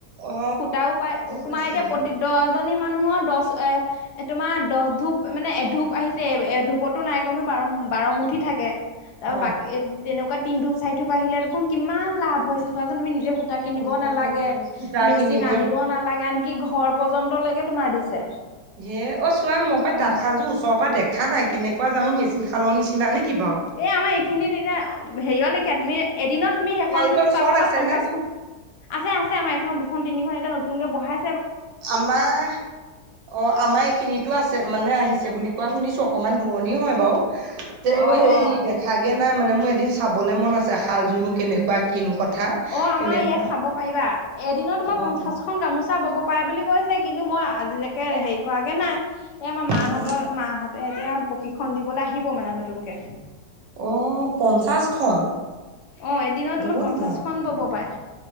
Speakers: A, on the right (about 80°); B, on the left (about 70°).
A: অ
B: সূতাও পায় তোমাৰ
A: পাইছে
B: এতিয়া
A: ন
B: প্ৰতি দশজনী মানুহৰ দশ এ তোমাৰ দশ ধূপ মানে এ ধূপ আহিছে এ এ ধূপতো নাই কমেও বাৰ বাৰমুঠি থাকে তাৰ
A: অ
B: বাকী তেনেকুৱা তিন ধুপ চাই থুপ আহিলে দেখোন কিমান লাভ হৈছে চোৱাচোন তুমি নিজে সূতা কিনিব
A: অ
B: নালাগে,
A: সূতা
B: মেচিন
A: কিনিব
B: আনিব নালাগে আনকি ঘৰ পৰ্যন্তলৈকে তোমাৰ দিছে।
A: হে অ, চোৱা মই পাই
B: অ'।
A: তাঁতশালযোৰ ওচৰৰ পৰা দেখা নাই কেনেকুৱা জানো মেচিন খালৰ নিচিনা নিকি?
B: এই আমাৰ এইখিনিত এতিয়া হেৰিয় লখীয়া তুমি এদিনত তুমি সেইখন
A: তোমালোকৰ ওচৰত
B: তাঁতশালত
A: আছে
B: পঞ্চাছখন
A: নে
B: আছে আছে আমাৰ এখনত দুখন তিনিখন এতিয়া নতুনকে বঢ়াই
A: আমাৰ অ, আমাৰ এইখিনিতো আছে মানে আহিছে বুলি কোৱা শুনিছো অকমান দূৰণি হয় বাৰু তেওঁ
B: অ
A: হেৰি
B: অ
A: দেখাই দিয়া নাই মানে মোৰ এদিন চাবলে মন আছে শাল জোনো কেনেকুৱা কিনো কথা
B: অ', আমাৰ
A: তেনেকুৱা
B: ইয়াত চাব পাৰিবা এদিনত তোমাৰ
A: অ
B: পঞ্চাশখন
A: অ
B: গামোচা বব পায় বুলি কৈছে কিন্তু মই আজিলৈকে হেৰি কৰাগে নাই। এ আমাৰ মা
A: অ
B: হঁতৰ মাহঁতে এতিয়া প্ৰশিক্ষণ দিবলৈ আহিব মানে নতুনকে।
A: অ', পঞ্চাশখন?
B: অ' এদিনত
A: বহুত
B: তোমাৰ পঞ্চাছখন
A: লাভ
B: বব পাৰে।